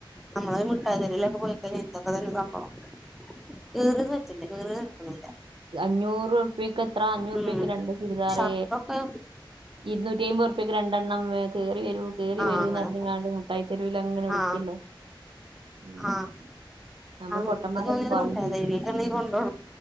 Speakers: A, in the centre; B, on the right.
A: നമ്മള മുട്ടായിത്തെരുല് ഒക്കെ പോയിക്കഴിഞ്ഞാൽ ഇതൊക്കെ തന്നെ സംഭവം കീറിയത് പറ്റില്ല കീറിയത് എട്ക്ക്
B: അഞ്ഞൂരൂർപ്യയെക്ക് എത്ര അഞ്ഞൂറുപ്യക്ക്
A: ഉം
B: രണ്ട് ചുരിദാറെ
A: ഷർട്ടൊക്കെ
B: ഇരുന്നൂറ്റിഅയ്മ്പോ ഇക്ക് രണ്ടെണ്ണം കേറി വരൂ കേറി
A: ആ
B: വരൂന്ന്
A: അങ്ങനെ
B: പറിഞ്ഞിങ്ങാണ്ട് മുട്ടായിതെരുവലങ്ങനെ വിളിക്കല്ലോ
A: ആ
B: ഉം
A: ആ
B: നമ്മള്
A: ആക്ക്
B: പൊട്ടന്മാരായിട്ട്
A: തോന്നിയത്
B: പായും
A: മുട്ടായി
B: ചെയ്യും
A: തരുക കൊണ്ട് <unintelligible>